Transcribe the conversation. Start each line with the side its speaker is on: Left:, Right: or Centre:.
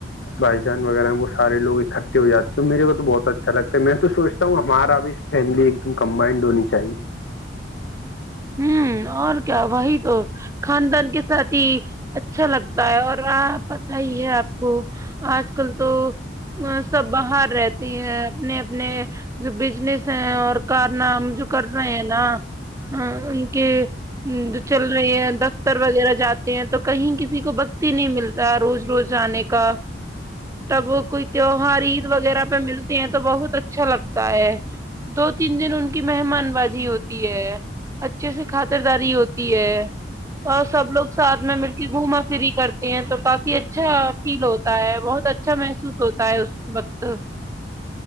Left: بھائی جان وغیرہ ہیں وہ سارے لوگ اکٹھے ہو جاتے ہیں تو میرے کو تو بہت اچھا لگتا ہے میں تو سوچتا ہوں ہمارا بھی فیملی ایک دم کمبائنڈ ہونی چاہیے
Right: ہوں اور کیا وہی تو خاندان کے ساتھ ہی اچھا لگتا ہے اور پت ہی ہے آپ کو آج کل تو ا سب باہر <unintelligible> رہتی ہیں اپنے اپنے جو بزنس ہیں اور کرار نام جو کر رہے ہیں نا <unintelligible> ہ ان کے جو چل رہے ہیں دفتر وغیرہ جاتے ہیں تو کہیں کسی کو بکتی نہیں ملتا روز رو جانے کا تب وہ <unintelligible> کوئی تیوہار عید وغیرہ پہ ملتے ہیں تو بہت اچھا لگتا ہے دو تین دن ان کی مہمان بازی ہوتی ہے اچھے سے خاطرداری ہوتی ہے اور سب لوگ ساتھ میں مل کے گھوما پری کرتے ہیں تو کافی اچھا فیل ہوتا ہے بہت اچھا محسوس ہوتا ہے اس وقت